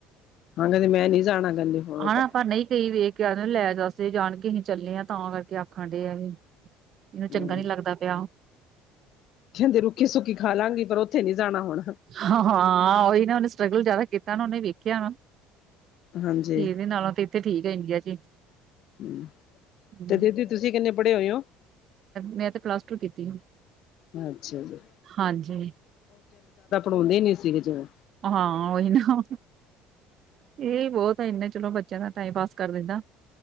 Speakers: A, on the left; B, on the right.
A: ਆਂਦੇ ਨੇ ਮੈਂ ਨੀ ਜਾਣਾ, ਕਹਿੰਦੇ ਹੁਣ ਉੱਧਰ।
B: ਹਨਾ ਪਰ ਨਹੀਂ ਕ‌ਈ ਵੇਖ ਕ ਲੈ ਜਸੇ ਜਾਣ ਕੇ ਅਸੀਂ ਚੱਲੇ ਆ ਤਾਂ ਕਰਕੇ ਆਖਣ ਡੇ ਆ ਵੀ ਇਹਨੂੰ ਚੰਗਾ
A: ਹੂੰ
B: ਨੀ ਲੱਗਦਾ ਪਿਆ।
A: ਕਹਿੰਦੇ ਰੁੱਖੀ-ਸੁੱਕੀ ਖਾ ਲਾਂਗੀ ਪਰ ਉੱਥੇ ਨੀ ਜਾਣਾ ਹੁਣ।
B: ਹਾਂ-ਹਾਂ ਉਹੀ ਨਾ, ਉਹਨੇ ਸਟਰਗਲ ਜਿਆਦਾ ਕੀਤਾ ਨਾ, ਉਹਨੇ ਵੇਖਿਆ ਨਾ।
A: ਹਾਂਜੀ
B: ਇਹਦੇ ਨਾਲੋਂ ਤੇ ਇੱਥੇ ਠੀਕ ਐ ਇੰਡੀਆ ਚ ਹੀ।
A: ਹਮ,
B: ਹੂੰ
A: ਤੇ ਦੀਦੀ ਤੁਸੀਂ ਕਿੰਨੇ ਪੜ੍ਹੇ ਹੋਏ ਹੋ?
B: ਮੈਂ ਤੇ, ਪਲੱਸ ਟੂ ਕੀਤੀ ਹੈ,
A: ਅੱਛਾ ਜੀ
B: ਹਾਂਜੀ
A: ਹੋਂਦੇ ਨੀ ਸੀਗੇ ਜੇਹੜੇ
B: ਹਾਂ, ਓਹੀ ਨਾ ਏ ਬੋਤ ਐ, ਇੰਨੇ ਚ ਚਲੋ ਬੱਚਿਆਂ ਦਾ ਟਾਈਮ ਪਾਸ ਕਰ ਦਿੰਦਾ